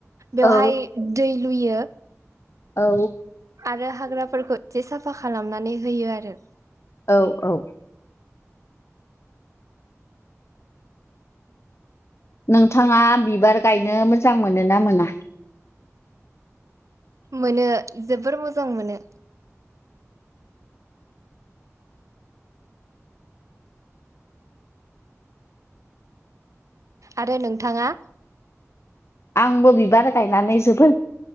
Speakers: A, on the right; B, on the left.
A: बेवहाय
B: औ
A: दै लुयो।
B: औ।
A: आरो हाग्राफोरखौ एसे साफा खालामनानै होयो आरो।
B: औ औ। नोंथाङा बिबार गायनो मोजां मोनो ना मोना?
A: मोनो जोबोर मोजां मोनो। आरो नोंथाङा
B: आंबो बिबार गायनानै जोबोद